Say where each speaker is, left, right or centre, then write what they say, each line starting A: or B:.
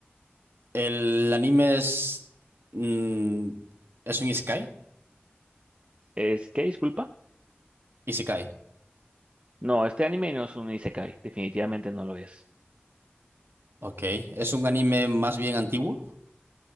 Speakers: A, on the right; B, on the right.
A: El anime es. mm, ¿es un isekai?
B: es que disculpa,
A: Isekai.
B: no, este anime no es un isekai, definitivamente no lo es.
A: Ok. Es un anime más bien antiguo.